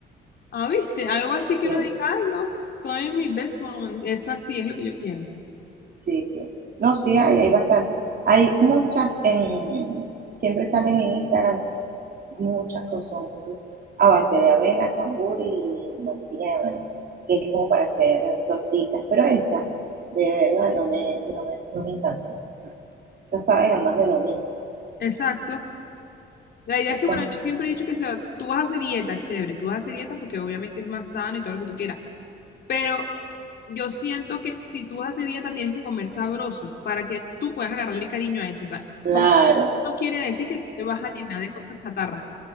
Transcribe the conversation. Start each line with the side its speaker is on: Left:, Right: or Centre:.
Left: ah, viste, algo así que
Right: Sí,
Left: uno diga, ay, no, estoy en mi best moment. Eso así es lo que yo quiero.
Right: sí, sí. No, sí, hay, hay bastante. Hay muchas en, siempre salen en Instagram, muchas que son a base de avena, cambur y mantequilla de maní, que es como para hacer eh, tortitas, pero esa de verdad no me, no me, no me encanta Esas saben a más de lo mismo.
Left: Exacto. La idea
Right: Esas,
Left: es que, bueno, yo siempre he dicho que, o sea, tú vas a hacer dieta, chévere, tú vas a hacer dieta porque obviamente es más sano y todo lo que tú quieras, pero yo siento que si tú vas a hacer dieta tienes que comer sabroso para que tú puedas agarrarle cariño a eso. O sea,
Right: claro.
Left: comer sabroso no quiere decir que tú te vas a llenar de cosas chatarras,